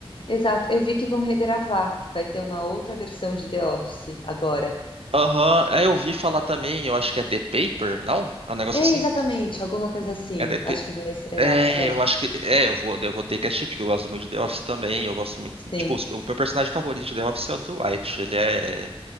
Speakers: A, on the left (about 55°); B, on the right (about 70°).
A: exato, eu vi que vão regravar, vai ter uma outra versão de The Office agora.
B: Aham, é, eu vi falar também, eu acho que é The Paper, não? É um negócio
A: É,
B: assim?
A: exatamente, alguma coisa assim,
B: É The,
A: acho que vai estrear,
B: É,
A: é,
B: eu acho que. É, eu vou, eu vou ter que assistir, porque eu gosto muito de The Office também. Eu gosto muito.
A: sim.
B: Tipo, o meu personagem favorito de The Office é o Dwight. Ele é.